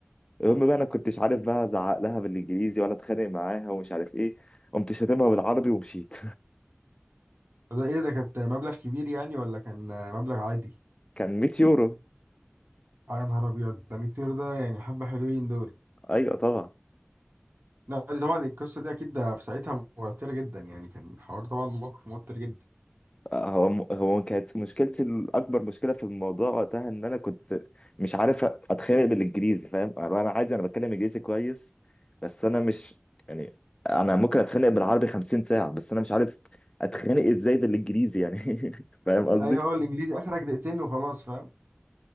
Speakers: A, on the left; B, on the right.
A: المهم بقى انا كنتش عارف بقى ازعق لها بالانجليزي ولا اتخانق معاها ومش عارف ايه قمت شاتمها بالعربي ومشيت
B: ده ايه ده كانت مبلغ كبير يعني ولا كان مبلغ عادي
A: <laughs> كان 100 يورو
B: اه يا نهار ابيض ده 200 ده يعني حبه حلوين دول
A: ايوه طبعا
B: لا دي طبعا القصة دي اكيد ده في ساعتها موترة جدا يعني كان حوار طبعا موقف موتر جدا
A: هو هو كانت مشكلتي الاكبر مشكله في الموضوع وقتها ان انا كنت مش عارف اتخانق بالانجليزي فاهم انا أنا عادي انا بتكلم انجليزي كويس بس انا مش يعني انا ممكن اتخانق بالعربي 50 ساعه بس انا مش عارف اتخانق ازاي بالانجليزي يعني <laughs> فاهم قصدي؟
B: ايوه هو الانجليزي اخرك دقيقتين وخلاص فاهم